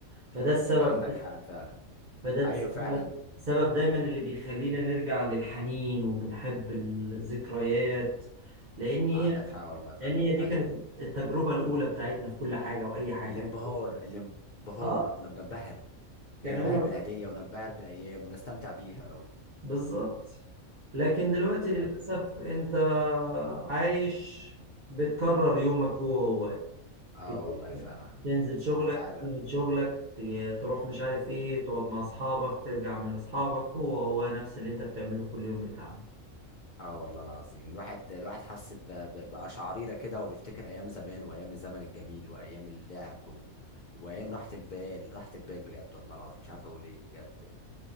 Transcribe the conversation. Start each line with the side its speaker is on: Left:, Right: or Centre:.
Right: فده السبب
Left: عندك حق فعلا
Right: فده السبب
Left: ايوه فعلا
Right: سبب دايما اللي بيخلينا نرجع للحنين وبنحب الذكريات لان هي
Left: عندك حق والله فعلا
Right: لان هي دي
Left: ايوه
Right: كانت التجربه الاولى بتاعتنا في كل حاجه واي حاجه
Left: الانبهار
Right: كان
Left: الانبهار
Right: اه
Left: كنا بننبهر
Right: كان
Left: بننبهر
Right: هو
Left: بالعيديه وننبهر بالايام ونستمتع بيها و...
Right: بالظبط لكن دلوقتي
Left: ايام
Right: للاسف انت عايش بتكرر يومك هو هو
Left: اه
Right: بت-
Left: والله فعلا
Right: تنزل شغلك
Left: انت عارف
Right: تيجي من شغلك ت- تروح مش عارف ايه تقعد مع اصحابك ترجع من اصحابك هو هو نفس اللي انت بتعمله كل يوم بتاعك
Left: اه والله العظيم الواحد الواحد حس ب- ب- بقشعريرة كده وبيفتكر ايام زمان وايام الزمن الجميل وايام اللعب و... وايام راحة البال راحة البال بجد والله العظيم مش عارف اقول ايه بجد يعني